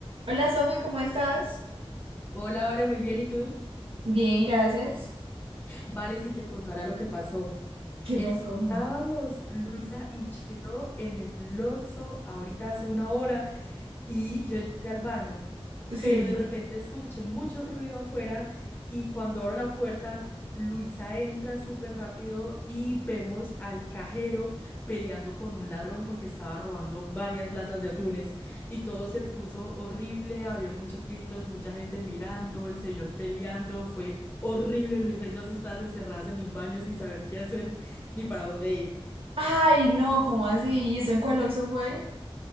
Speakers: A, on the right; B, on the left.
A: Hola Sofi, ¿cómo estás?
B: Hola, vale, muy bien. ¿Y tú?
A: Bien, gracias.
B: Vale, si te contara lo que pasó.
A: ¿Qué
B: Estábamos
A: pasó?
B: Luisa y yo en el Oxxo ahorita hace una hora y yo entré al baño,
A: Sí.
B: pero de repente escuché mucho ruido afuera y cuando abro la puerta, Luisa entra súper rápido y vemos al cajero peleando con un ladrón porque estaba robando varias latas de atunes y todo se puso horrible, había muchos gritos, mucha gente mirando, el señor peleando, fue horrible, Luisa y yo asustadas, encerradas en el baño sin saber qué hacer ni para dónde ir.
A: Ay, no, ¿cómo así? ¿Y eso en cuál Oxxo fue?